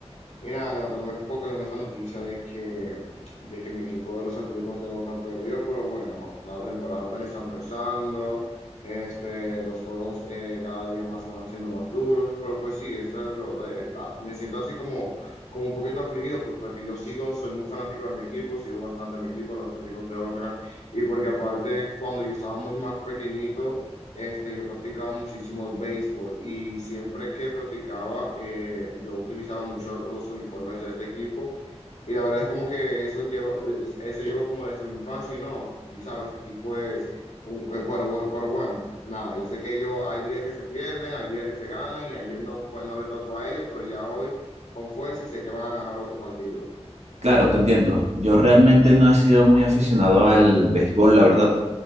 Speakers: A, on the left; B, on the right.
A: Y nada, levantándome un poco con esa noticia de que, de que mi equipo de los Atléticos de Oakland perdió, pero bueno, la temporada apenas está empezando, este, los juegos eh, cada día más se van siendo más duros, pero pues sí, eso es lo- eh, está- me siento así como, como un poquito afligido, pues porque yo sigo, soy muy fanático de mi equipo, sigo bastante a mi equipo, los Atléticos de Oakland, y porque aparte cuando yo estaba muy más pequeñito, este, yo practicaba muchísimo el béisbol y siempre que practicaba, eh, yo utilizaba mucho los uniformes de este equipo. Y la verdad es como que eso llevo, es- eso llevo como desde mi infancia y no, y sabes, aquí pues, u- eh, pero, bueno- pero bueno, nada, yo sé que yo hay días que se pierden, hay días que se ganan y ayer no fue, no le tocó a ellos, pero ya hoy con fuerza y sé que van a ganar otro partido.
B: Claro, te entiendo. Yo realmente no he sido muy aficionado al béisbol, la verdad.